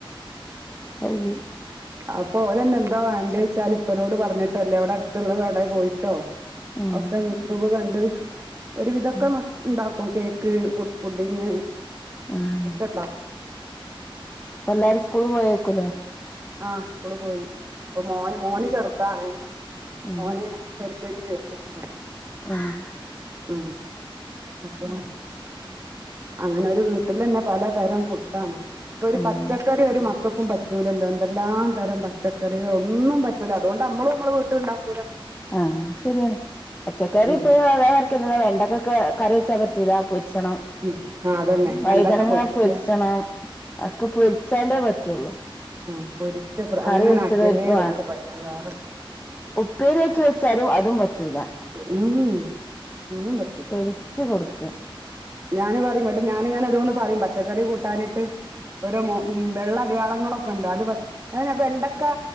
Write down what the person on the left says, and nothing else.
അത് ശരി
ഉം
ഉം
ഉം
എല്ലാരും സ്കൂള്ല് പോയേക്കുല്ലേ
ഉം
ആഹ്
ആഹ്
ആഹ് ശരിയാണ് പച്ചക്കറി
ഇപ്പോ അതാമാതിരി തന്നെ വർക് വെണ്ടക്കൊക്കെ കറി വെച്ചാൻ പറ്റൂല പൊരിച്ചണം
വഴുതനങ്ങ
പൊരിച്ചണം, അതൊക്കെ പൊരിച്ചാണ്ടേ പറ്റുള്ളൂ
കറി
വെച്ചത് ഓൽക്ക്
ഉപ്പേരിആക്കിവെച്ചാലും അതും പറ്റൂല
രിച്ച് കൊടുക്കുക